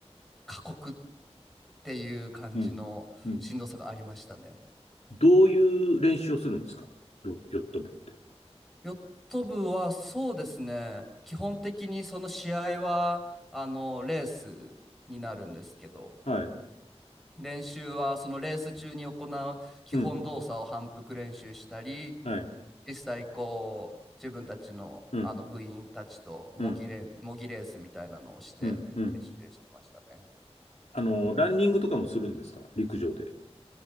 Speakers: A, in the centre; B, on the left.
A: 過酷っていう感じのしんどさがありましたね。
B: うん、うん。どういう練習をするんですかロヨット部って。
A: ヨット部はそうですね、基本的にその試合はあのレースになるんですけど、
B: はい、
A: 練習はそのレース中に行う基本動作を反復練習したり
B: うん、はい、
A: 実際こう自分たちの、
B: うん、
A: あの部員たちと模擬レ模擬レースみたいなのをして練習してましたね。
B: うん、うん、うん。あの、ランニングとかもするんですか陸上で。